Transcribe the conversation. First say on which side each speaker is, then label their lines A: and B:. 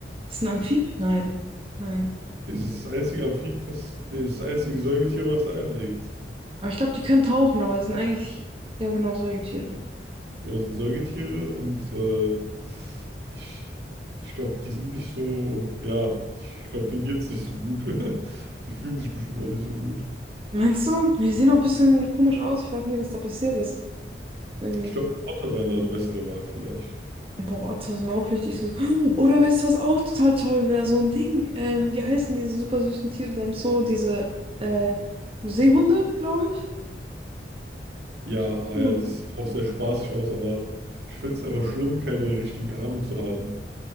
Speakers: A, on the right; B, on the right.
A: Ist ein Amphib?
B: das
A: Nein. Nein.
B: das ist das einzige Amphib, was, nee, das ist das einzige Säugetier, was Eier legt.
A: Aber ich glaube, die können tauchen, aber es sind eigentlich. Ja, genau, Säugetiere.
B: Genau, das sind Säugetiere und äh, Ich, ich glaube, die sind nicht so, ja, ich glaube, denen geht es nicht so gut. <laughs> Die fühlen sich bestimmt auch nicht so gut.
A: Meinst du? Ja, Die sehen auch ein bisschen komisch aus. Ich frage nie, was da passiert ist. Irgendwie.
B: Ich glaube, Otter wären da eine bessere Wahl vielleicht.
A: Boah, das sind auch richtig süß. Oder weißt du, was auch total toll wäre? So ein Ding. Ähm, wie heißen diese super süßen Tiere da im Zoo? Diese äh, Seehunde, glaube ich.
B: Ja, ah
A: <laughs>
B: ja, die sieht auch sehr spaßig aus, aber ich finde es einfach schlimm, keine richtigen Arme zu haben.